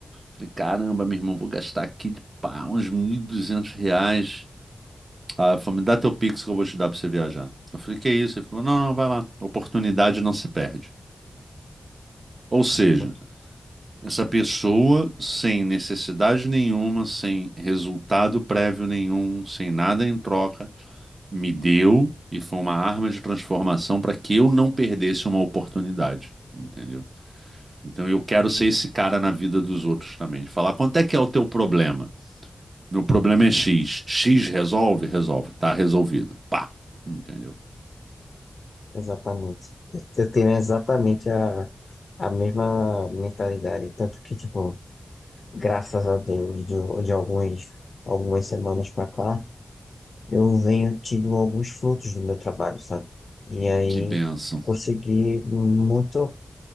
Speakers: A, on the right; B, on the left.
A: Falei, caramba, meu irmão, vou gastar aqui de pá, uns 1.200 reais. Ah, falou, me dá teu Pix que eu vou te dar para você viajar. Eu falei, que isso? Ele falou, não, não, vai lá. Oportunidade não se perde. Ou seja,
B: muito-
A: essa pessoa sem necessidade nenhuma, sem resultado prévio nenhum, sem nada em troca, me deu e foi uma arma de transformação para que eu não perdesse uma oportunidade, entendeu? Então eu quero ser esse cara na vida dos outros também. Falar quanto é que é o teu problema? Meu problema é X. X resolve? Resolve. Tá resolvido. Pá. Entendeu?
B: exatamente. Eu eu tenho exatamente a, a mesma mentalidade. Tanto que, tipo, graças a Deus, de, de alguns, algumas semanas para cá, eu venho tido alguns frutos do meu trabalho, sabe? E aí
A: Que bênção.
B: consegui muito